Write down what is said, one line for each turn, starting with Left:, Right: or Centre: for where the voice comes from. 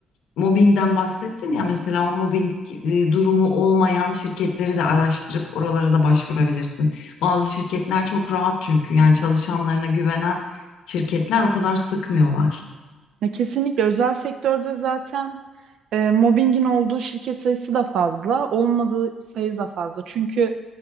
Left: mobbingden bahsettin ya mesela o mobbing e, durumu olmayan şirketleri de araştırıp oralara da başvurabilirsin. Bazı şirketler çok rahat çünkü yani çalışanlarına güvenen şirketler o kadar sıkmıyorlar.
Right: Ya kesinlikle özel sektörde zaten e, mobbingin olduğu şirket sayısı da fazla, olmadığı sayı da fazla. Çünkü